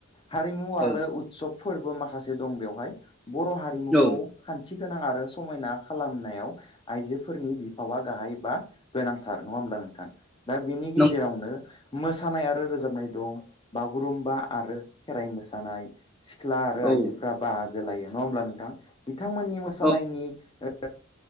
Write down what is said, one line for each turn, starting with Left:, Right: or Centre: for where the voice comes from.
Left: हारिमु
Centre: नंगौ
Left: आरो उत्सब फोरबो माखासे दं बेवहाय बर' हारिमुखौ
Centre: औ
Left: खान थि गोनां आरो समायना खालामनायाव आइजोफोरनि बिफावा गाहाय बा गोनांथार। नङा होमब्ला नोंथां? दा बेनि गेजेरावनो
Centre: नंगौ
Left: मोसानाय आरो रोजाबनाय दं बागुरुम्बा आरो खेराइ मोसानाय सिख्ला आरो
Centre: औ
Left: आइजोफोरा
Centre: औ
Left: बाहा गो लायो नङा होमब्ला नोंथां? बिथांमोननि मोसानायनि
Centre: औ
Left: ओ